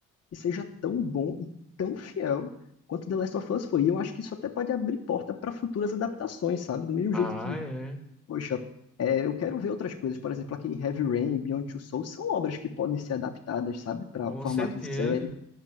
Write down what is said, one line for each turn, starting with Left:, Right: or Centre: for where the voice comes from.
Left: que seja tão bom e tão fiel quanto The Last of Us foi. E eu acho que isso até pode abrir porta para futuras adaptações, sabe? Do mesmo
Centre: Ah,
Left: jeito que
Centre: é.
Left: Poxa, é, eu quero ver outras coisas. Por exemplo, aquele Heavy Rain, Beyond Two Souls são obras que podem ser adaptadas, sabe, para
Centre: Com
Left: formato
Centre: certeza.
Left: de série.